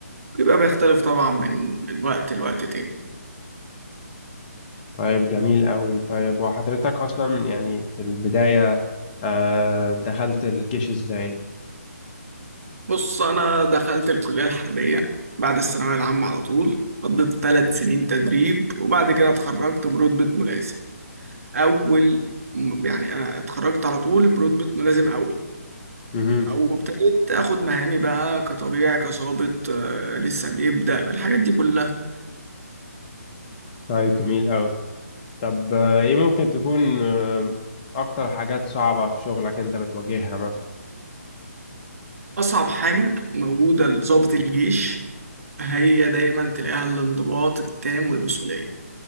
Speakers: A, on the right; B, on the left.
A: بيبقى بيختلف طبعا من من وقت لوقت تاني
B: طيب جميل قوي طيب وحضرتك أصلا يعني في البداية آه، دخلت الجيش إزاي؟
A: بص أنا دخلت الكلية الحربية بعد الثانوية العامة على طول قضيت ثلاث سنين تدريب وبعد كده اتخرجت برتبة ملازم أول م- يعني أنا اتخرجت على طول برتبة ملازم أول
B: مهم.
A: أو ابتديت آخد مهامي بقى كطبيعي كظابط آه، لسه بيبدأ الحاجات دي كلها
B: طيب جميل قوي طب آه، إيه ممكن تكون آه، أكتر حاجات صعبة في شغلك أنت بتواجهها مثلا؟
A: أصعب حاجة موجودة لظابط الجيش هي دايما تلاقيها الانضباط التام والمسؤولية